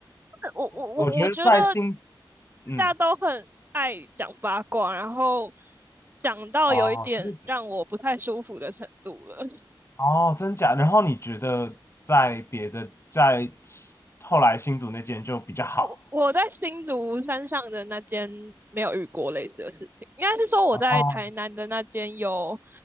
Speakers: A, on the right (about 25°); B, on the left (about 30°).
A: <laughs> 我我我我觉得
B: 我觉得在新，嗯，
A: 大家都很爱讲八卦，然后讲到有一点让我不太舒服的程度了。
B: 哦，真的假哦，真假？然后你觉得在别的，在后来新竹那间就比较好？
A: 我我在新竹山上的那间没有遇过类似的事情，应该是说我在台南的那间有，
B: 哦，